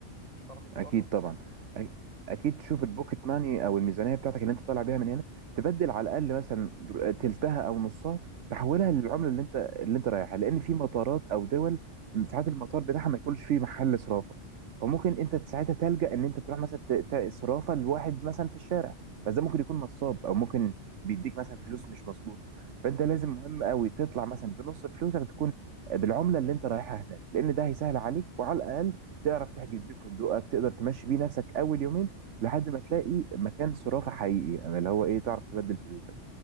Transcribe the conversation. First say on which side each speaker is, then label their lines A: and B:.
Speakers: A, on the right (about 30°); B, on the right (about 75°).
A: مش هتعرف تتصرف
B: اكيد طبعا أ- اكيد تشوف البوكيت ماني او الميزانيه بتاعتك اللي انت طالع بيها من هنا تبدل على الاقل مثلا تلتها او نصها تحولها للعمله اللي انت اللي انت رايحها لان في مطارات او دول ساعات المطار بتاعها ما يكونش فيه محل صرافه فممكن
A: اكيد
B: انت ساعتها تلجأ ان انت تروح مثلا ت- ت- صرافه لواحد مثلا في الشارع بس ده ممكن يكون نصاب او ممكن بيديك مثلا فلوس مش مظبوطه فانت لازم مهم قوي تطلع مثلا بنص فلوسك تكون بالعمله اللي انت رايحها هناك لان ده هيسهل عليك وعلى الاقل تعرف تحجز بيه فندقك تقدر تمشي بيه نفسك اول يومين لحد ما تلاقي مكان صرافة حقيقي أما اللي هو ايه تعرف تبدل فلوسك